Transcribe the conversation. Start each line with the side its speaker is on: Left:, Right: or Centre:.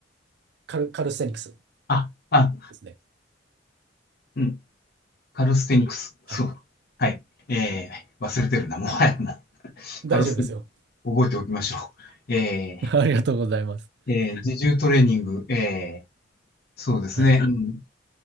Right: カル、カルステニクス
Left: あ、あ、
Right: ですね。
Left: うんカルステニクス。そう。
Right: はい。
Left: はい。えー、忘れてるな。もはやな。カルステニクス、
Right: 大丈夫ですよ。
Left: 覚えておきましょう。え
Right: <laughs> ありがとうございます。
Left: ー、えー自重トレーニング。えー、そうですね。
Right: はい。
Left: うん。